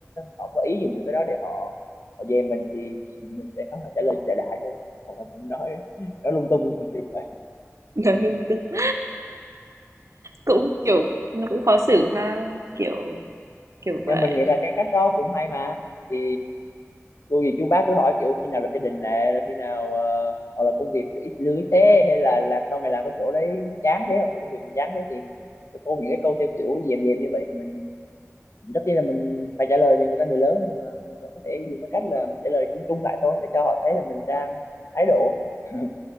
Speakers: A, on the left; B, on the right.
A: họ có ý dùng những cái đó để họ họ dè mình thì mình sẽ có trả lời đại đại thôi hoặc là mình nói nói lung tung <laughs> kiểu vậy
B: <laughs> cũng, kiểu, nó cũng khó xử ha, kiểu kiểu
A: nhưng
B: vậy.
A: mình nghĩ là cái cách đó cũng hay mà thì cô gì chú bác cứ hỏi kiểu khi nào lập gia đình nè rồi khi nào ờ, hoặc là công việc ít lưới thế hay là là sao mày làm cái chỗ đấy chán thế hoặc là công việc mày chán thế thì cô những cái câu theo kiểu dèm dèm như vậy thì mình tất nhiên là mình phải trả lời vì người ta người lớn nhưng mà mình vẫn có thể dùng cái cách là mình trả lời chung chung lại thôi để cho họ thấy là mình đang thái độ <laughs>